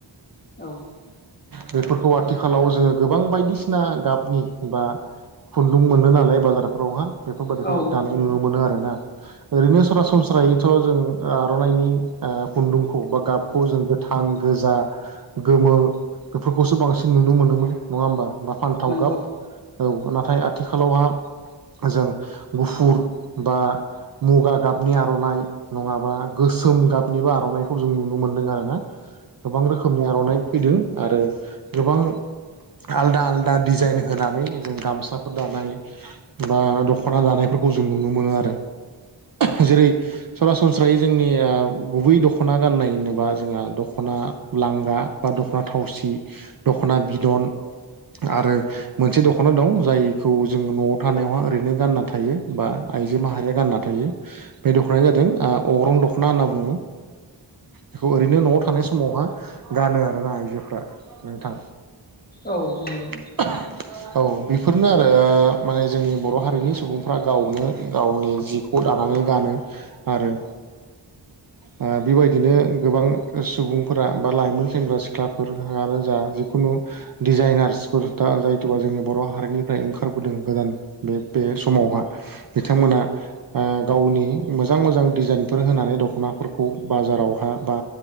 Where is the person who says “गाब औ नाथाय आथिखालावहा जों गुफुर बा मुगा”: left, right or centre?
Right